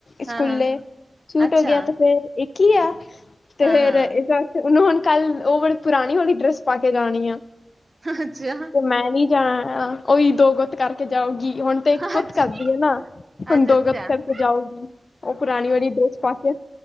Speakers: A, on the left; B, on the right.
A: ਸਕੂਲੇ
B: ਹਾਂ ਹਾਂ
A: ਸੂਟ
B: ਅੱਛਾ
A: ਹੋ ਗਿਆ ਤੇ ਫੇਰ ਇੱਕ ਕੀ ਆ, ਤੇ
B: ਹਾਂ
A: ਫੇਰ
B: ਹਾਂ
A: ਇਸ ਵਾਸਤੇ ਉਹਨੂੰ ਹੁਣ ਕੱਲ ਉਹ ਬੜੀ ਪੁਰਾਣੀ ਵਾਲੀ ਡਰੈਸ ਪਾ ਕੇ ਜਾਣੀ ਆ,
B: ਅੱਛਾ
A: ਤੇ ਮੈਂ ਨੀ ਜਾਣਾ। ਉਹੀ ਦੋ ਗੁੱਤ ਕਰਕੇ ਜਾਉਗੀ ਹੁਣ ਤੇ
B: ਅੱਛਾ
A: ਗੁੱਤ ਕਰਦੀ ਆ ਨਾ, ਹੁਣ
B: ਅੱਛਾ ਅੱਛਾ
A: ਦੋ ਗੁੱਤ ਕਰਕੇ ਜਾਊਗੀ, ਉਹ ਪੁਰਾਣੀ ਵਾਲੀ ਡਰੈਸ ਪਾ ਕੇ।